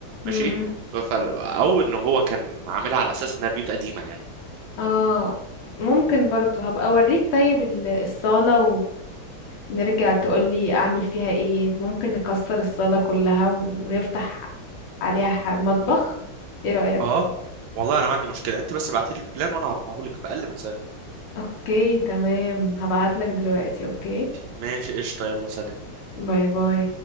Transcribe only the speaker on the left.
امم
اه ممكن برضو هبقى اوريك طيب ال- الصالة ونرجع تقولي اعمل فيها ايه ممكن نكسر الصالة كلها ونفتح عليها ح- مطبخ ايه رأيك
اوكي تمام هبعتلك دلوقتي اوكي
باي باي